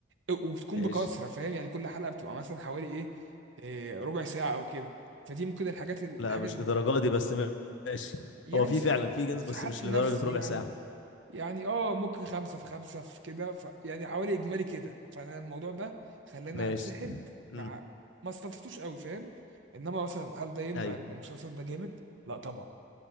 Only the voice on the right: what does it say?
وبتكون
بكثرة فاهم يعني كل حلقة بتبقى مثلا حوالي ايه إيه، ربع ساعة او كده فدي ممكن الحاجات الحاجة
اللي
يعني
سحبت
سحبت
نفسي
يعني
يعني اه ممكن خمسة في خمسة في كده ف يعني حوالي اجمالي كده فانا الموضوع ده خلاني
انسحب مع
ما استلطفتوش قوي فاهم انما مثلا هل ده يمنع
ان المسلسل ده جامد؟ لا طبعا